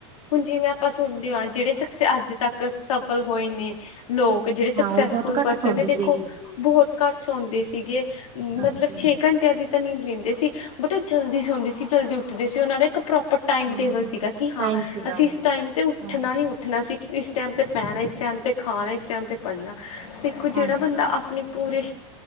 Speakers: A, on the left; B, on the right.
A: ਹੁਣ ਜਿਵੇਂ ਆਪਾਂ ਸੁਣਦੇ ਹਾਂ। ਜਿਹੜੇ ਸਕਸੇ ਅੱਜ ਤੱਕ ਸਫਲ ਹੋਏ ਨੇ ਲੋਕ ਜਿਹੜੇ ਸਕਸੈਸਫੁਲ
B: ਹਾਂ ਉਹ ਬਹੁਤ ਘੱਟ
A: ਪਰਸਨ
B: ਸੌਂਦੇ
A: ਨੇ
B: ਸੀ
A: ਦੇਖੋ, ਬਹੁਤ ਘੱਟ ਸੌਦੇ ਸੀਗੇ।
B: ਹਾਂਜੀ
A: ਮਤਲਬ ਛੇ ਘੰਟਿਆਂ ਦੀ, ਤਾਂ ਨੀਂਦ ਲੈਂਦੇ ਸੀ। ਬਟ ਉਹ ਜਲਦੀ ਸੌਂਦੀ ਸੀ। ਜਲਦੀ ਉੱਠਦੀ ਸੀ। ਉਹਨਾਂ ਦਾ ਇੱਕ ਪ੍ਰੋਪਰ ਟਾਈਮ
B: ਹਾਂ
A: ਟੇਬਲ ਸੀਗਾ, ਕਿ ਹਾਂ
B: ਟਾਈਮ ਸੀਗਾ
A: ਅਸੀਂ ਇਸ ਟਾਈਮ ਤੇ ਉੱਠਣਾ
B: ਹਾਂ
A: ਹੀ ਉੱਠਣਾ ਉੱਠਣਾ ਸੀ। ਇਸ ਟਾਈਮ ਤੇ ਪੈਣਾ, ਇਸ ਟਾਈਮ 'ਤੇ ਖਾਣਾ, ਇਸ ਟਾਈਮ 'ਤੇ ਪੜ੍ਹਨਾ ਦੇਖੋ,
B: ਹਾਂਜੀ
A: ਜਿਹੜਾ ਬੰਦਾ ਆਪਣੀ ਪੂਰੀ